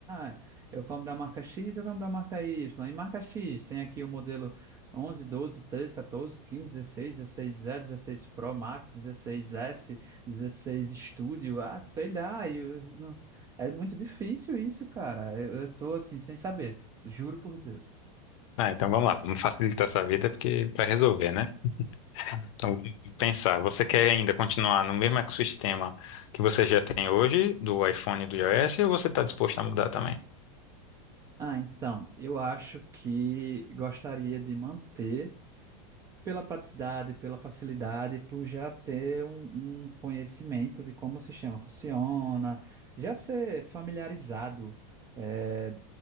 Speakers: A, on the right (about 20°); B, on the left (about 60°).
A: ah, eu compro da marca X, eu compro da marca Y. E marca X, tem aqui o modelo 11 12 13, catorze quinze dezesseis dezesseis e 16 Pro Max, 16 s 16 Studio, ah, sei lá. E eu- não- é muito difícil isso, cara. Eu, eu tô, assim, sem saber. Juro por Deus.
B: Ah, então vamos lá, vamos facilitar essa vida, porque para resolver, né? Então, pensar, você quer ainda continuar no mesmo ecossistema que você já tem hoje, do iPhone e do iOS, ou você está disposto a mudar também?
A: Ah, então, eu acho que gostaria de manter pela praticidade, pela facilidade, por já ter um, um conhecimento de como o sistema funciona, já ser familiarizado eh,